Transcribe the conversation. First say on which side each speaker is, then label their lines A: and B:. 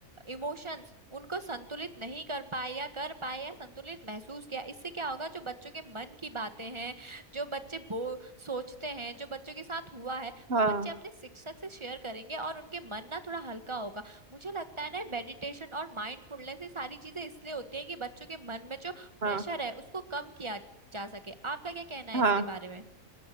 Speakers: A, on the right; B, on the right.
A: इमोशंस उनको संतुलित नहीं कर पाए या कर पाए या संतुलित महसूस किया इससे क्या होगा जो बच्चों के मन की बातें हैं जो बच्चे बो सोचते हैं जो बच्चों के साथ हुआ है
B: हाँ
A: वो बच्चे अपने शिक्षक से शेयर करेंगे और उनके मन ना थोड़ा हल्का होगा मुझे लगता है ना मेडिटेशन और माइंडफुलनेस ये सारी चीजें इसलिए होती हैं कि बच्चों के मन में जो प्रेशर
B: हाँ
A: है उसको कम किया जा सके आपका क्या कहना है
B: हाँ
A: इसके बारे में